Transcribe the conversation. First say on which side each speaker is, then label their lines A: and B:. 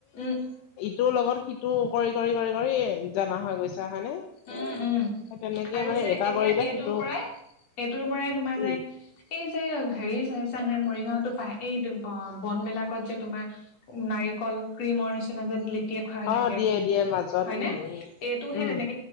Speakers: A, on the left; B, on the left.
A: উম
B: টোৰ লগত সিটো, কৰি-কৰি-কৰি-কৰি জনা হৈ গৈছো। হয় নে
A: উম উম
B: তেনেকে
A: আৰু
B: মানে
A: যে
B: এটা
A: এতিয়া
B: কৰিলে
A: এইটোৰ
B: সিটো
A: পৰাই এইটোৰ পৰাই তোমাৰ
B: উম
A: যে এই যে হেৰি চাইছা নে মৰিগাঁওতো পায় এই বন বিলাকত যে তোমাৰ নাৰিকল ক্ৰীমৰ নিচিনা যে লেটিয়ে খুৱাই
B: অ
A: থাকে
B: দিয়ে দিয়ে মাজত
A: হয় ন
B: উম উম
A: এইটো হে
B: উম
A: তেনেকে